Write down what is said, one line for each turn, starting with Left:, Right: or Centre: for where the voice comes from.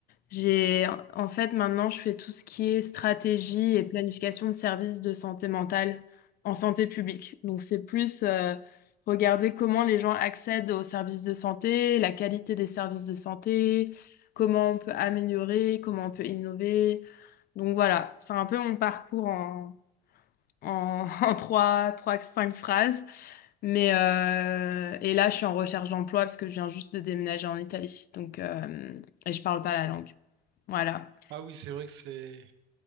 Left: J'ai, en fait, maintenant, je fais tout ce qui est stratégie et planification de services de santé mentale en santé publique. Donc, c'est plus euh, regarder comment les gens accèdent aux services de santé, la qualité des services de santé, comment on peut améliorer, comment on peut innover. Donc, voilà, c'est un peu mon parcours en, <laughs> en trois, trois, cinq phrases. Mais euh, et là, je suis en recherche d'emploi parce que je viens juste de déménager en Italie. Donc, euh, et je parle
Right: Ok.
Left: pas la langue. Voilà.
Right: Ah oui, c'est vrai que c'est